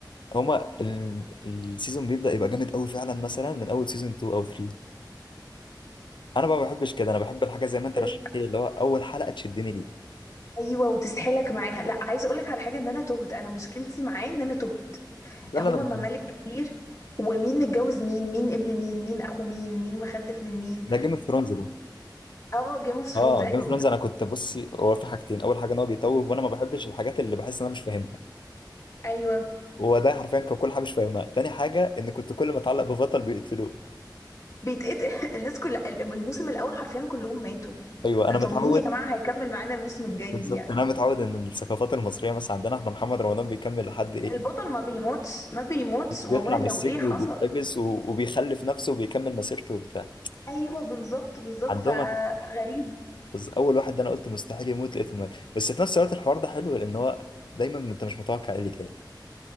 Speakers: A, on the left; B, on the left.
A: هما ال... السيزون بيبدأ يبقى جامد قوي فعلا مثلا من اول سيزون 2 او 3 انا بقى ما بحبش كده انا بحب الحاجه زي ما انت
B: بس
A: رشحت لي اللي هو اول حلقه تشدني ليه
B: ايوه وتسحلك معاها لا عايزه اقولك على حاجه ان انا تهت انا مشكلتي معاه ان انا تهت
A: ده اللي
B: هما
A: انا بحبه
B: ممالك كتير ومين متجوز مين مين ابن مين مين اخو مين مين مخلف من مين
A: ده جيم اوف ثرونز ده
B: اه جيم اوف ثرونز
A: اه
B: ايوه
A: جيم اوف ثرونز انا كنت بصي هو في حاجتين اول حاجه ان هو بيتوه وانا ما بحبش الحاجات اللي بحس ان انا مش فاهمها
B: ايوه
A: هو ده حرفيا كان كل حاجه مش فاهمها تاني حاجه ان كنت كل ما اتعلق ببطل بيقتلوه
B: بيتقطع <laughs> الناس كلها من الموسم الاول حرفيا كلهم ماتوا
A: ايوه انا
B: انا
A: متعود
B: طب مين يا جماعه هيكمل معانا الموسم الجاي
A: بالظبط
B: يعني
A: انا متعود ان الثقافات المصريه مثلا عندنا احنا محمد رمضان بيكمل لحد ايه
B: البطل ما بيموتش ما بيموتش
A: بيطلع
B: والله
A: من
B: لو
A: السجن
B: ايه حصل
A: وبيتحبس و- وبيخلف نفسه وبيكمل مسيرته وبتاع
B: ايوه بالظبط بالظبط
A: عندهم
B: فغريب
A: هت- بس اول واحد ده انا قلت مستحيل يموت لقيته مات بس في نفس الوقت الحوار ده حلو لان هو دايما انت مش متوقع ايه اللي جاي